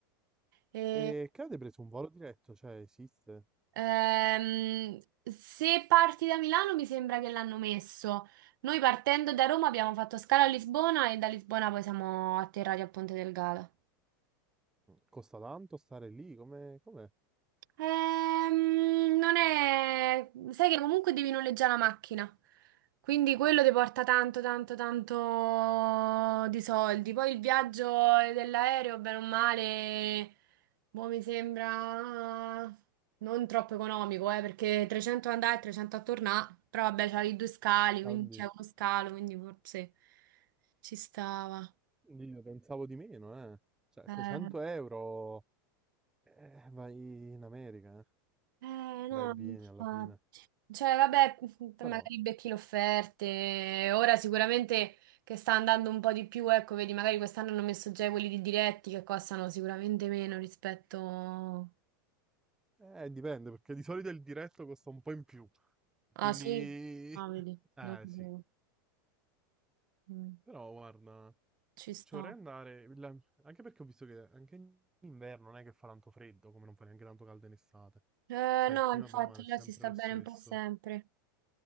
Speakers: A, on the right; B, in the centre.
A: E...
B: E che avete preso un volo diretto? Cioè, esiste?
A: Ehm, se parti da Milano mi sembra che l'hanno messo. Noi partendo da Roma abbiamo fatto scala a Lisbona e da Lisbona poi siamo atterrati a Ponte del Gala.
B: Costa tanto stare lì? Come, com'è?
A: Ehm, non è... Sai che comunque devi noleggiare la macchina, quindi quello ti porta tanto, tanto, tanto di soldi. Poi il viaggio dell'aereo, bene o male, boh, mi sembra non troppo economico, eh, perché 300 andare e 300 a tornare, però vabbè, c'hai due scali, quindi
B: Ah, oddio.
A: c'è uno scalo, quindi forse ci stava.
B: Io pensavo di meno, eh. Cioè,
A: Eh.
B: 600 euro, eh, vai in America, eh.
A: Eh, no,
B: Vai e vieni
A: infatti.
B: alla fine.
A: Cioè, vabbè, <laughs>
B: Però,
A: magari becchi le offerte. Ora sicuramente che sta andando un po' di più, ecco, vedi, magari quest'anno hanno messo già quelli di diretti che costano sicuramente meno rispetto...
B: eh, dipende, perché di solito il diretto costa un po' in più.
A: Ah,
B: Quindi,
A: sì? Ah,
B: <laughs>
A: vedi,
B: eh,
A: non sapevo.
B: sì.
A: Mm,
B: Però, guarda,
A: Ci sto.
B: ci vorrei andare, la- anche perché ho visto che anche in inverno non è che fa tanto freddo, come non fa neanche tanto caldo in estate.
A: Eh,
B: Cioè,
A: no,
B: il clima,
A: infatti,
B: bene o male, è
A: là
B: sempre
A: si sta
B: lo
A: bene
B: stesso.
A: un po' sempre.